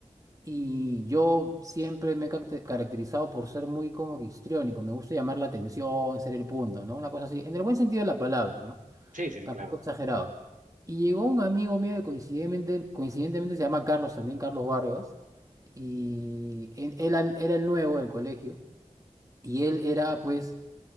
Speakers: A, on the right (about 25°); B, on the right (about 85°).
A: Y yo siempre me he cacte- caracterizado por ser muy como que histriónico. Me gusta llamar la atención, ser el punto, ¿no? Una cosa así, en el buen sentido de la palabra, ¿no?
B: Sí, sí, sí,
A: Tampoco
B: claro.
A: exagerado. Y llegó un amigo mío que coincidentemente, coincidentemente se llama Carlos también, Carlos Vargas, y en- él, al- era el nuevo del colegio, y él era pues